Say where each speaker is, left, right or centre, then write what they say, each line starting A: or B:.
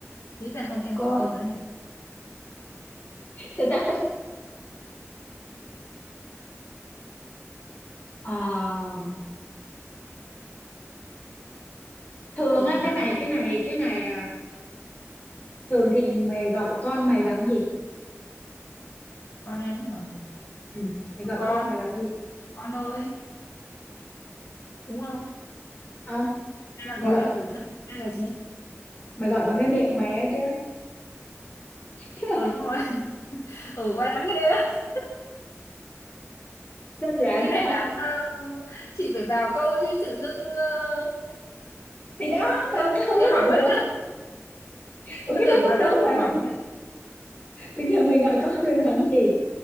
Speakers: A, on the left; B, on the left.
A: nghĩ rằng không em
B: con
A: có một câu nữa này
B: tới tao Ờ, thường
A: lẽ
B: á
A: nào
B: cái này
A: em-
B: cái này cái này à, thường thì mày gọi con mày bằng gì
A: con em hả
B: ừ. mày
A: bằng
B: gọi
A: con
B: con mày bằng gì
A: con ơi đúng không
B: không
A: hay là
B: mày
A: gọi
B: gọi
A: theo kiểu thân hay là gì
B: mày gọi bằng cái miệng mày á chứ <laughs> chứ mày
A: ừ đúng rồi <laughs> ừ quá đáng ghê á.
B: đơn giản
A: cái này
B: ha
A: là ờ, chị phải vào câu chứ tự dưng ờ,
B: thì đó vào
A: dưng
B: câu
A: chị
B: đó
A: hỏi
B: đùa
A: bất <laughs>
B: ủa cái đó
A: tưởng
B: cũng
A: bà
B: đúng
A: ta
B: vậy
A: thực phẩm
B: bình thường mày gọi con mày bằng gì